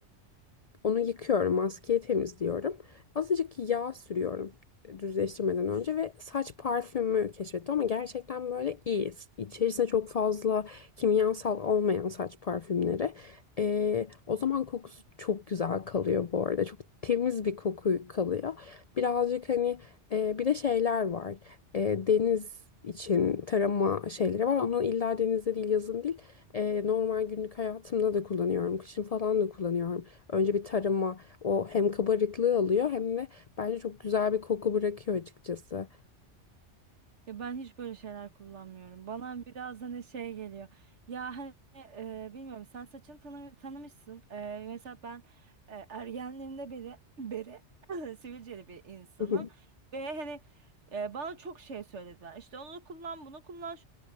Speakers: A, on the left (about 60°); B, on the right (about 75°).
A: onu yıkıyorum, maskeyi temizliyorum. Azıcık yağ sürüyorum düzleştirmeden önce ve saç parfümü keşfettim ama gerçekten böyle iyi. İçerisinde çok fazla kimyasal olmayan saç parfümleri. Ee, o zaman kokusu çok güzel kalıyor bu arada. Çok temiz bir koku kalıyor. Birazcık hani e, bir de şeyler var. E, deniz için tarama şeyleri var. Onu illa denizde değil, yazın değil. E, normal günlük hayatımda da kullanıyorum. Kışın falan da kullanıyorum. Önce bir tarıma o hem kabarıklığı alıyor hem de bence çok güzel bir koku bırakıyor açıkçası.
B: Ya ben hiç böyle şeyler kullanmıyorum. Bana biraz hani şey geliyor. Ya hani e, bilmiyorum sen saçını tanı tanımışsın. E, mesela ben e, ergenliğimde beri, beri <clears throat> sivilceli bir insanım.
A: Hı hı.
B: Ve hani e, bana çok şey söylediler. İşte onu kullan bunu kullan.